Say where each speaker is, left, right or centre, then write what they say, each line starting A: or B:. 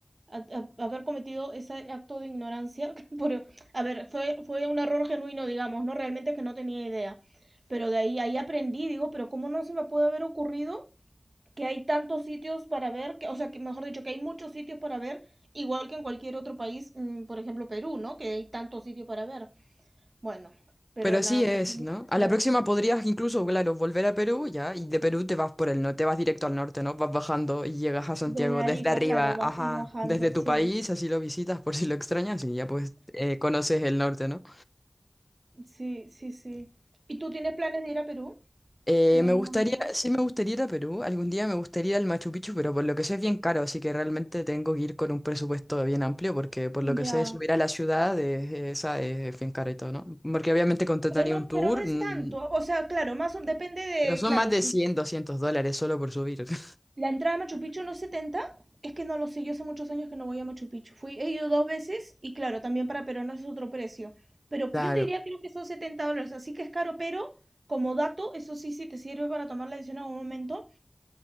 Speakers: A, on the right (about 85°); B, in the centre.
A: A- a- haber cometido ese acto de ignorancia. <laughs> Por, a ver, fue, fue un error genuino, digamos, ¿no? Realmente que no tenía idea. Pero de ahí, ahí aprendí, digo, pero ¿cómo no se me puede haber ocurrido que hay tantos sitios para ver, que, o sea, que mejor dicho, que hay muchos sitios para ver, igual que en cualquier otro país, mm, por ejemplo, Perú, ¿no? Que hay tantos sitios para ver. Bueno, pero
B: Pero así
A: nada,
B: es,
A: pero es mi
B: ¿no?
A: versión.
B: A la próxima podrías incluso, claro, volver a Perú, ya. Y de Perú te vas por el norte, te vas directo al norte, ¿no? Vas bajando y llegas a Santiago
A: Desde Arica,
B: desde arriba,
A: claro, va,
B: ajá.
A: y bajando,
B: Desde tu
A: sí.
B: país, así lo visitas por si lo extrañas y ya pues eh, conoces el norte, ¿no?
A: Sí, sí, sí. ¿Y tú tienes planes de ir a Perú
B: Eh,
A: en algún
B: me gustaría,
A: momento?
B: sí me gustaría ir a Perú, algún día me gustaría ir al Machu Picchu, pero por lo que sé es bien caro, así que realmente tengo que ir con un presupuesto bien amplio, porque por lo que
A: Ya,
B: sé subir a la ciudad es, esa es bien caro y todo, ¿no? Porque obviamente contrataría
A: pero no,
B: un tour,
A: pero no es
B: mm,
A: tanto. O sea, claro, más o- depende de,
B: pero son
A: claro,
B: más de
A: sí.
B: 100 200 dólares solo por subir. <laughs>
A: La entrada a Machu Picchu no es 70, es que no lo sé, yo hace muchos años que no voy a Machu Picchu. Fui, he ido dos veces y claro, también para peruanos es otro precio. Pero
B: Claro,
A: que yo te diría creo que son 70 dólares, así que es caro, pero como dato, eso sí, sí te sirve para tomar la decisión en algún momento.